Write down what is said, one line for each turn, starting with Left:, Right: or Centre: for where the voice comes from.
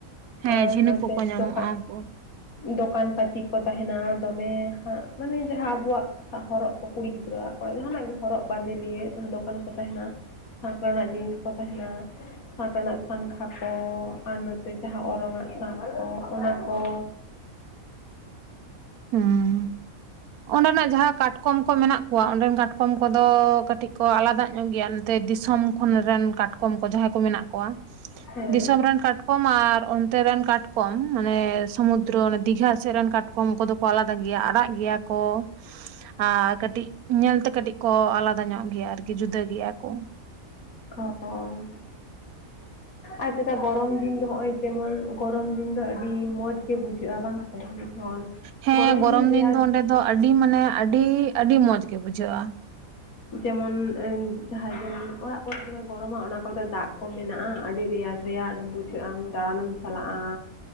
Left: ᱟᱨ
Right: ᱦᱮᱸ ᱡᱷᱤᱱᱩᱠ
Left: ᱱᱚᱛᱮ
Right: ᱠᱚᱠᱚ ᱧᱟᱢᱚᱜᱼᱟ
Left: ᱫᱚᱠᱟᱱ
Right: ᱩᱱᱠᱩ
Left: ᱫᱚᱠᱟᱱ ᱯᱟᱹᱛᱤ ᱠᱚ ᱛᱟᱦᱮᱱᱟ ᱫᱚᱢᱮ ᱦᱟᱸᱜ ᱢᱟᱱᱮ ᱡᱟᱦᱟᱸ ᱟᱵᱚᱣᱟᱜ ᱦᱚᱨᱚᱜ ᱠᱚ ᱠᱩᱲᱤ ᱜᱤᱫᱽᱨᱟᱹᱣᱟᱜ ᱠᱚᱲᱟ ᱜᱤᱫᱽᱨᱟᱹ ᱡᱟᱦᱱᱟᱜ ᱜᱮ ᱦᱚᱨᱚᱜ ᱵᱟᱸᱫᱮ ᱞᱤᱭᱮ ᱫᱚᱠᱟᱱ ᱠᱚ ᱛᱟᱦᱮᱱᱟ ᱥᱟᱸᱠ ᱨᱮᱱᱟᱜ ᱡᱤᱱᱤᱥ ᱠᱚ ᱛᱟᱦᱮᱱᱟ ᱥᱟᱸᱠ ᱨᱮᱱᱟᱜ ᱥᱟᱠᱷᱟ ᱠᱚ ᱟᱨ ᱱᱚᱛᱮ ᱡᱟᱦᱟᱸ ᱚᱨᱚᱝ ᱟᱜ ᱥᱟᱸᱠ ᱠᱚ ᱚᱱᱟ ᱠᱚ
Right: ᱦᱮᱸ ᱚᱸᱰᱮᱱᱟᱜ ᱡᱟᱦᱟᱸ ᱠᱟᱴᱠᱚᱢ ᱠᱚ ᱢᱮᱱᱟᱜ ᱠᱚᱣᱟ ᱚᱸᱰᱮᱱ ᱠᱟᱴᱠᱚᱢ ᱠᱚᱫᱚ ᱠᱟᱹᱴᱤᱡ ᱠᱚ ᱟᱞᱟᱫᱟ ᱧᱚᱜ ᱜᱮᱭᱟ ᱱᱚᱛᱮ ᱫᱤᱥᱚᱢ ᱠᱷᱚᱱ ᱨᱮᱱ ᱠᱟᱴᱚᱢ ᱠᱚᱢ ᱠᱚ ᱡᱟᱦᱟᱸᱭ ᱠᱚ ᱢᱮᱱᱟᱜ ᱠᱚᱣᱟ
Left: ᱦᱮᱸ
Right: ᱫᱤᱥᱚᱢ ᱨᱮᱱ ᱠᱟᱴᱠᱚᱢ ᱠᱟᱴᱠᱚᱢ ᱟᱨ ᱚᱱᱛᱮ ᱨᱮᱱ ᱠᱟᱴᱠᱚᱢ ᱢᱟᱱᱮ ᱥᱚᱢᱩᱫᱨᱚ ᱚᱱᱮ ᱫᱤᱜᱷᱟ ᱥᱮᱫ ᱨᱮᱱ ᱠᱟᱴᱠᱚᱢ ᱠᱚᱫᱚ ᱟᱞᱟᱫᱟ ᱜᱮᱭᱟ ᱟᱨᱟᱜ ᱜᱮᱭᱟ ᱠᱚ ᱟᱨ ᱠᱟᱹᱴᱤᱡ ᱧᱮᱞ ᱛᱮ ᱠᱟᱹᱴᱤᱡ ᱠᱚ ᱟᱞᱟᱫᱟ ᱧᱚᱜ ᱜᱮᱭᱟ ᱟᱨᱠᱤ ᱡᱩᱫᱟᱹ ᱜᱮᱭᱟ ᱠᱚ
Left: ᱦᱚ <unintelligible> ᱟᱨ ᱪᱮᱫᱟᱜ ᱜᱚᱨᱚᱢ ᱫᱤᱱ ᱫᱚ ᱱᱚᱜᱼᱚᱭ ᱡᱮᱢᱚᱱ ᱜᱚᱨᱚᱢ ᱫᱤᱱ ᱫᱚ ᱟᱹᱰᱤ ᱢᱚᱸᱡᱽ ᱜᱮ ᱵᱩᱡᱷᱟᱹᱜᱼᱟ ᱵᱟᱝ ᱥᱮ ᱚᱱ
Right: ᱦᱮᱸ
Left: ᱜᱚᱨᱚᱢ ᱫᱤᱱ ᱨᱮᱭᱟᱲ
Right: ᱫᱚ ᱚᱸᱰᱮ
Left: ᱫᱤᱱ
Right: ᱫᱚ ᱟᱹᱰᱤ ᱢᱟᱱᱮ ᱟᱹᱰᱤ ᱟᱹᱰᱤ ᱢᱚᱡᱽ ᱜᱮ ᱵᱩᱡᱷᱟᱹᱜᱼᱟ᱾
Left: ᱡᱮᱢᱚᱱ ᱡᱟᱦᱟᱸᱭ ᱫᱚ ᱚᱲᱟᱜ ᱠᱚᱨᱮ ᱫᱚᱢᱮ ᱜᱚᱨᱚᱢᱟ ᱚᱱᱟ ᱠᱚᱨᱮ ᱫᱚ ᱫᱟᱜ ᱠᱚ ᱢᱮᱱᱟᱜᱼᱟ ᱟᱹᱰᱤ ᱨᱮᱭᱟᱲ ᱨᱮᱭᱟᱲ ᱵᱩᱡᱷᱟᱹᱜ ᱟᱢ ᱫᱟᱬᱟᱱᱮᱢ ᱪᱟᱞᱟᱜᱼᱟ,